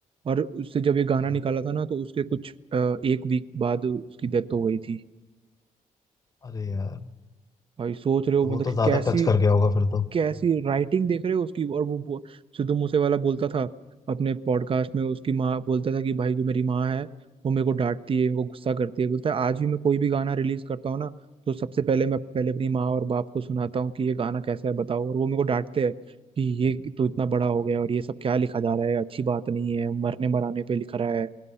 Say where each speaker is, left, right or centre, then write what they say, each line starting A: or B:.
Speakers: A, on the right (about 40°); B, on the left (about 25°).
A: और उससे जब ये गाना
B: हाँ।
A: निकाला था ना तो उसके कुछ अ, एक वीक बाद उसकी डेथ हो गई थी
B: अरे यार
A: भाई सोच रहे हो
B: तो वो
A: मतलब कि
B: तो ज्यादा
A: कैसी
B: टच कर गया होगा फिर तो
A: कैसी राइटिंग देख रहे हो उसकी और वो, वो सिद्धू मूसे वाला बोलता था अपने पॉडकास्ट में उसकी माँ बोलता था कि भाई जो मेरी माँ है वो मेरे को डांटती है मेरे को गुस्सा करती है बोलता है आज भी मैं कोई भी गाना रिलीज करता हूँ ना तो सबसे पहले मैं पहले अपनी माँ और बाप को सुनाता हूँ कि ये गाना कैसा है बताओ और वो मेरे को डांटते हैं कि ये तो इतना बड़ा हो गया और ये सब क्या लिखा जा रहा है अच्छी बात नहीं है मरने मराने पे लिखा रहा है